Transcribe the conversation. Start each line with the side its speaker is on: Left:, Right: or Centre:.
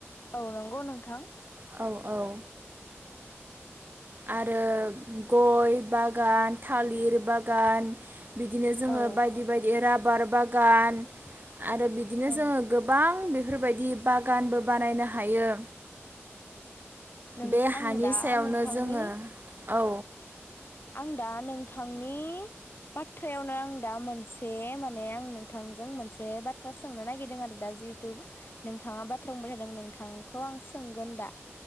Left: औ नंगौ नोंथां।
Right: औ औ आरो गय बागान, थालिर बागान, बिदिनो जोङो
Left: औ
Right: बायदि बायदि रा बार बागान, आरो बिदिनो
Left: औ
Right: जोङो गोबां बेफोरबायदि बागानबो बानायनो हायो।
Left: नों
Right: बे
Left: आं
Right: हानि
Left: दा
Right: सायावनो
Left: नोंथांनि
Right: जोङो औ
Left: आं दा नोंथांनि बाथ्रायावनो आं दा मोनसे माने आं नोंथांजों मोनसे बाथ्रा सोंनो नागिरदों आरो दा जिहेथु नोंथाङा बाथ्रा बुंबाय थादों नोंथांखौ आं सोंगोन दा।